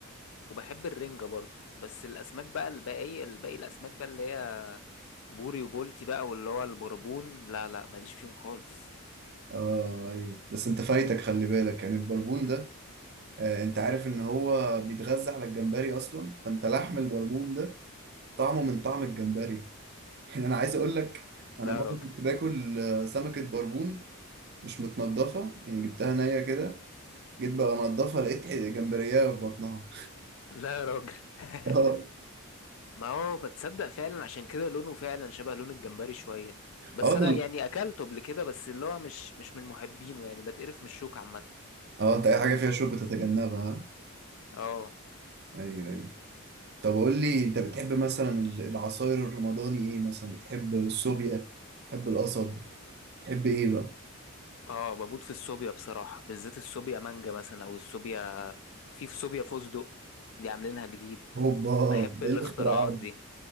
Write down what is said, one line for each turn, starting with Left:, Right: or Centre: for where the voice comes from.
Left: وبحب الرنجة برضو بس الأسماك بقى الباقية الباقي الأسماك بقى اللي هي بوري وبولتي بقى واللي هو البربون لا لا ماليش فيهم خالص
Right: اه ايوه بس انت فايتك خلي بالك يعني البربون ده آه انت عارف ان هو بيتغذى على الجمبري اصلا فانت لحم البربون ده طعمه من طعم الجمبري <laughs> يعني انا عايز اقول لك
Left: لا
Right: انا مم. مره
Left: يا راجل
Right: كنت باكل آه، سمكه بربون مش متنضفه يعني جبتها نيه كده جيت بقى انضفها لقيت ح- جمبريه في بطنها
Left: لا يا راجل <laughs>
Right: <laughs> اه
Left: ما هو ما تصدق فعلا عشان كده لونه فعلا شبه لون الجمبري شوية بس
Right: اه
Left: أنا
Right: ده-
Left: يعني أكلته قبل كده بس اللي هو مش مش من محبينه يعني بتقرف من الشوك عامة
Right: اه انت اي حاجه فيها شوك بتتجنبها ها؟
Left: اه
Right: ايوه ايوه طب قول لي انت بتحب مثلا ال- العصاير الرمضاني ايه مثلا بتحب السوبيا بتحب القصب بتحب ايه بقى
Left: اه بموت في الصوبيا بصراحة بالذات الصوبيا مانجا مثلا او الصوبيا في في صوبيا فستق دي عاملينها جديد
Right: هوبا
Left: بحب
Right: ده
Left: الاختراعات
Right: ايه الاختراعات
Left: دي
Right: دي؟